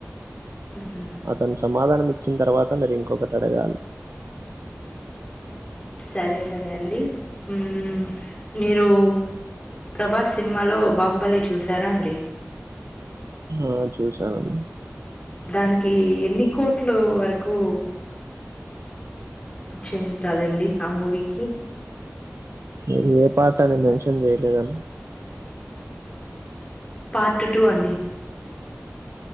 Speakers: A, on the left; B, on the right.
A: హ్మ్.
B: అతను సమాధానం వచ్చిన తర్వాత మీరు ఇంకొక అడగాలి
A: సరే సరే అండి ఊ మీరు ప్రభాస్ సినిమాలో బాహుబలి చూశారా అండి
B: ఆ చూశానండి
A: దానికి ఎన్ని కోట్లు వరకు వచ్చి ఉంటదండి ఆ మూవీకి
B: మీరు ఏ పాట అని మెన్షన్ చేయలేదుండి
A: పార్ట్ టూ అండి